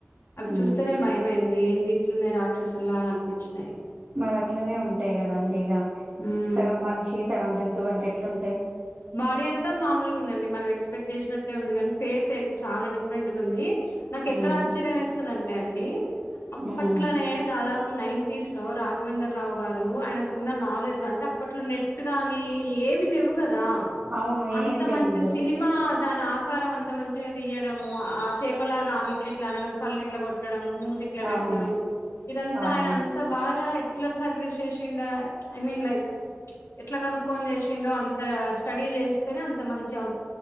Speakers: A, on the left (about 80°); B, on the right (about 45°).
A: అవి
B: ఉమ్
A: చూస్తేనే భయంమయింది ఏంది ఇట్లున్నాయి రాక్షసులాగా అనిపించినయి
B: మరి అట్లనే ఉంటాయి కదండి ఇక
A: హ్మ్
B: సగం మనిషి సగం జంతువు అంటే ఎట్లుంటడి
A: బాడీ అంతా మామూలుగా ఉందండి మనం ఎక్స్పెక్ట్ చేసినట్టే ఉంది కాని ఫేస్ చాలా డిఫ్ రేట్ఉంది నాకు ఎక్కడ
B: ఉమ్
A: ఆశ్చర్యం వేస్తదాంటే అండి అప్పట్లనే
B: ఉమ్
A: దాదాపు నైన్టిస్ లో రాఘవేందర్ రావు గారు ఆయనకున్న నాలెడ్జ్ అంటే అప్పట్లో నెట్ గాని ఏవి ద
B: అవును
A: అంత
B: ఏం తెలీదు
A: మంచి సినిమా దాని ఆకారం అంత మంచిగా తీయడము ఆ చేపలాగా ఆమె ఇట్లు ఇట్లా అనడం కళ్ళు ఇట్ల కొట్టడడం మూతిట్ల పెట్టుడు
B: అవును
A: ఇదంతా
B: అవును
A: ఆయన అంతా బాగా ఎట్లా సర్వీస్ చేసిండ ఐ మీన్ లైక్ ఎట్లా కనుక్కొని చేసిండో అం స్టడీ చేస్తేనే అంత మంచి అవు